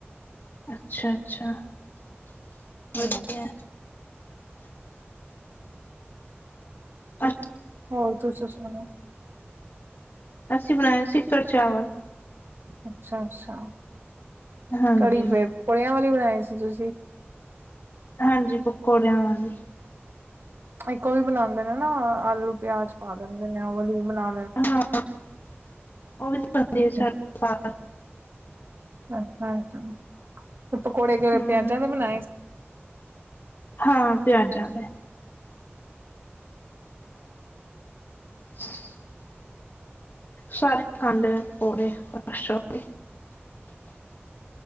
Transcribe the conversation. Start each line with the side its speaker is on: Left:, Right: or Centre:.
Left: ਅੱਛਾ- ਅੱਛਾ।
Right: ਹੂੰ-ਹੂੰ।
Left: ਵਧੀਆ <unintelligible>
Right: ਹੋਰ ਤੁਸੀਂ ਸੁਣਾਓ
Left: ਅੱਸੀ ਬਣਾਇਆ ਸੀ ਫੇਰ ਚਾਵਲ,
Right: ਅੱਛਾ- ਅੱਛਾ
Left: ਹਾਂਜੀ
Right: ਕੜੀ ਫੇਰ ਪਕੋੜੇਆਂ ਵਾਲੀ ਬਣਾਈ ਸੀ ਤੁਸੀਂ?
Left: ਹਾਂਜੀ ਪਕੋੜੇਆਂ ਵਾਲੀ।
Right: ਇੱਕ ਉਹ ਵੀ ਬਣਾਉਂਦੇ ਨੇ ਨਾ ਆਲੂ ਪਿਆਜ ਪਾ ਲੈਂਦੇ ਨੇ ਉਹ ਵਾਲੀ ਵੀ ਬਣਾ
Left: ਹਾਂ ਉਹ ਵੀ ਬਣਦੇ ਸਾਡੇ
Right: <unintelligible>
Left: ਘਰ
Right: ਅੱਛਾ- ਅੱਛਾ ਤੇ ਪਕੌੜੇ ਕਿਹੜੇ
Left: ਹਮ
Right: ਪਿਆਜਾਂ ਦੇ ਬਣਾਏ
Left: ਹਾਂ ਪਿਆਜ਼ਾ ਵਾਲੇ। <unintelligible> ਸਾਰੇ ਖਾਂ ਦੇ ਨੇ ਪਕੌੜੇ ਖੁਸ਼ ਹੋ ਕੇ।